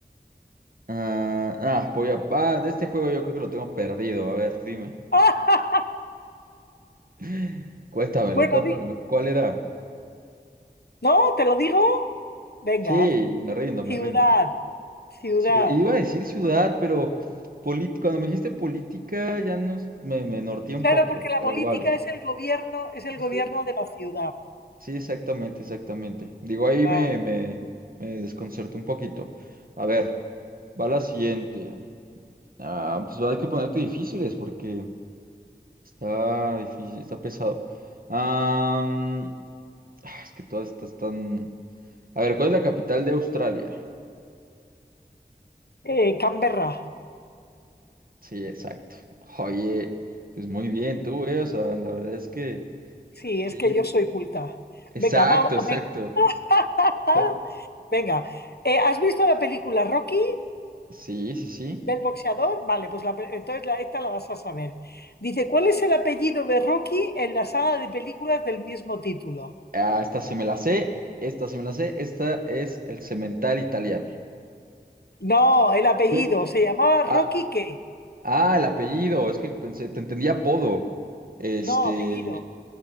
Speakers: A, on the right; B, on the left.
A: Ah, ah, voy a... ah, de este juego yo creo que lo tengo perdido. A ver, dime.
B: ¡Ah!
A: <laughs> Cuéntamelo,
B: Bueno,
A: cuéntamelo.
B: di-
A: ¿Cuál era?
B: ¿no? ¿Te lo digo? Venga,
A: Sí, me rindo,
B: Ciudad,
A: me rindo.
B: ciudad.
A: Ciu- Iba a decir ciudad, pero política, cuando me dijiste política ya nos, me, me norteé un
B: Claro,
A: poco,
B: porque la
A: pero
B: política
A: vale.
B: es el gobierno, es el
A: Pues
B: gobierno
A: sí.
B: de la ciudad.
A: Sí, exactamente, exactamente. Digo, ahí
B: Claro.
A: me, me, me desconcertó un poquito. A ver, va la siguiente. Ah, pues va a haber que ponerte difíciles porque está difícil, está pesado. Am, ah, es que todas estas están... A ver, ¿cuál es la capital de Australia?
B: Eh, Canberra.
A: Sí, exacto. Oye, pues muy bien tú, eh. O sea, la verdad es que...
B: Sí,
A: Sí,
B: es que yo soy culta.
A: exacto,
B: Venga, vamos.
A: exacto.
B: <laughs>
A: <laughs>
B: Venga. Eh, ¿has visto la película Rocky
A: Sí, sí, sí.
B: del boxeador? Vale, pues la pe- entonces la- esta la vas a saber. Dice, ¿cuál es el apellido de Rocky en la saga de películas del mismo título?
A: Ah, esta sí me la sé, esta sí me la sé, esta es el cemental italiano.
B: No, el apellido.
A: ¿Qué?
B: ¿Se llamaba
A: Ah,
B: Rocky qué?
A: ah, el apellido, es que pensé, te entendía apodo. Este,
B: No, apellido.